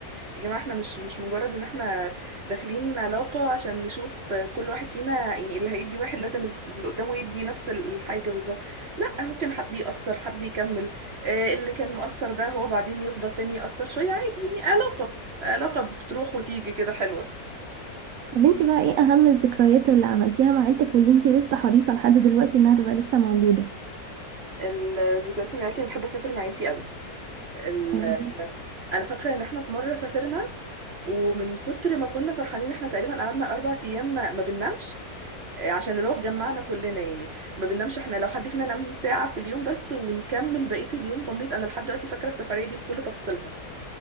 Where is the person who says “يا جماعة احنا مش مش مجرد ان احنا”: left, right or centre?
Right